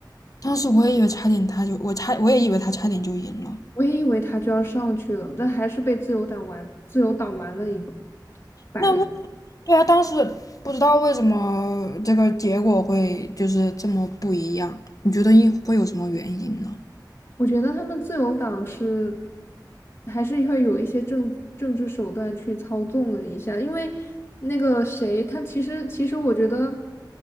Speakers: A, on the left; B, on the left.
A: 当时我也以为差点他就我差我也以为他差点就赢了。
B: 我也以为他就要上去了，但还是被自由党玩，自由党玩了一把，摆了。
A: 那为对啊，当时不知道为什么这个结果会就是这么不一样，你觉得因会有什么原因呢？
B: 我觉得他们自由党是还是会有一些政政治手段去操纵了一下，因为那个谁，他其实其实我觉得